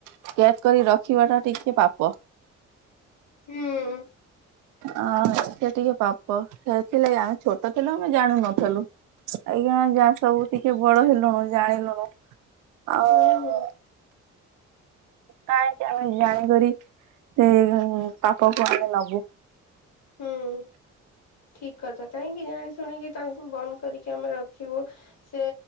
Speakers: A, on the right; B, on the left.
A: <unintelligible> କରି ରଖିବା ଟା ଟିକେ ପାପ
B: ହୁଁ।
A: ଆଁ ସେ ଟିକେ ପାପ ହେଇଥିଲା ଛୋଟ ଥିଲା ଆମେ ଜାଣୁନୁ ଲୁ ଆଜ୍ଞା ଯା ସବୁ ଟିକେ ବଡ ହେଲୁଣୁ ଜାଣିଲୁଣୁ ଆଉ
B: ହୁଁ ହୁଁ
A: କାହିଁକି ଆମେ ଜାଣିକରି ସେ ପାପକୁ ଆମେ ନବୁ।
B: ହୁଁ ଠିକ କଥା କାହିଁକି ଜାଣି ଶୁଣିକି ତାଙ୍କୁ ବନ୍ଦ କରିକି ଆମେ ରଖିବୁ ସେ